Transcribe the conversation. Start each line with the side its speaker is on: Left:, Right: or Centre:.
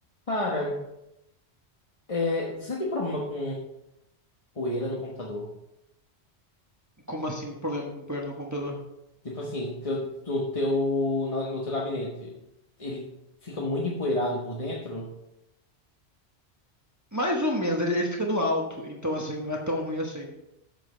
Left: Cara, é, você tem problema com poeira no computador?
Right: Como assim, problema com o poeira no computador?
Left: Tipo assim, teu, do teu, na- no, teu gabinete, ele fica muito empoeirado por dentro?
Right: Mais ou menos, ele, ele fica no alto, então assim, não é tão ruim assim.